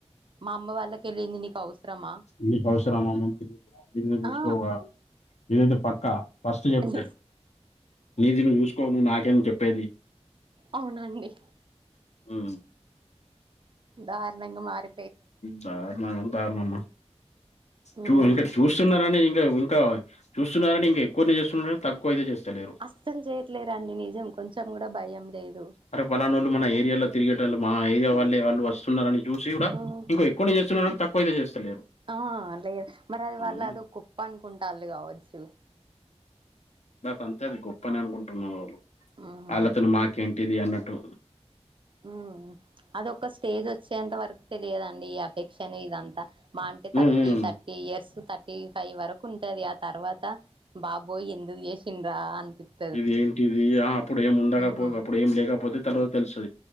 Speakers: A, on the right (about 45°); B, on the left (about 80°).
A: మా అమ్మ వాళ్ళకె లేనిది నీకవ్ సరమా
B: నీకవసరమా ఇల్లు చూస్కోవా
A: ఆ
B: ఇదైతే పక్కా ఫస్ట్ చెప్తారు
A: అనేసి
B: నీది నువ్ చూసుకో నువ్ నాకేం చెప్పేది
A: అవునండి
B: ఊ
A: దార్ణంగా మారి
B: దారునాల్ దారుణమ మ్మా
A: హ్మ్
B: చూ ఇంకా చూస్తున్నారని ఇంకా ఇంకా చూస్తున్నరని ఇంకా ఎక్కువనే చేస్తున్రు తక్కువయితే చేస్తలేరు
A: అస్సలు చేయట్లేరండి నిజం కొంచెం కూడా భయం లేదు
B: అరే పలానోళ్ళు మన ఏరియాలో తిరిగే టోళ్ళు మా ఏరియా వాళ్ళే వాళ్ళు వస్తున్నారని జూసి కూడా
A: ఉమ్,
B: ఇంక ఎక్కువ చేస్తున్నారు తక్కువయితే చేస్తలేరు
A: ఆ లే మరి అది
B: హ్మ్
A: వాళ్ళదొ గొప్ప అన్ కుంటాళ్ళు కావచ్చు
B: నాకంతే అది గొప్ప అనే అనుకుంటున్నారు వాళ్ళు
A: హ్మ్
B: వాళ్ళ తోనీ మాకేంటిది అన్నట్టు
A: హ్మ్ అదొక స్టేజ్ వచ్చేంత వరకు తెలియదండి ఈ అఫెక్షను ఇదంతా మా అంటే థర్టీ
B: హ్మ్ హ్మ్
A: thirty years thirty five వరకూ ఉంటది ఆ తర్వాతా బాబోయ్ ఎందుగ్ చేశిండ్రా అనిపిత్.
B: ఇది ఏంటిదీ ఆ అప్పుడు ఏం ఉండకపో
A: ఉమ్
B: అప్పుడు ఏం లేకపోతే తర్వాత తెలుస్తది.